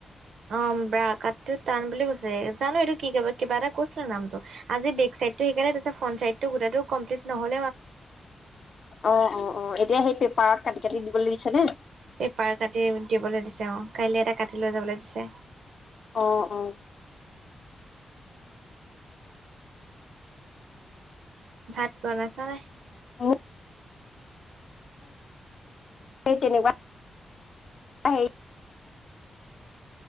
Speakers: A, on the right; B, on the left.
A: অ ব্ৰা কাটটো টান বুলি কৈছে, জানো এইটো কিবা এটা কৈছিলে নামটো। আজি বেক চাইটটো শিকালে। তাৰপিছত ফ্ৰণ্ট চাইটটো গোটেইটো কম্লিত নহল।
B: অ, অ, অ। এতিয়া সেই পাৰত কাটি কাটি দিবলৈ দিছে নে?
A: পেপাৰ কাটি দিবলৈ দিছে অ। কাইলৈ এটা কাটি লৈ যাবলৈ দিছে।
B: অ, অ।
A: ভাত বনাইছা নাই?
B: মোৰ তেনেকুৱা <unintelligible>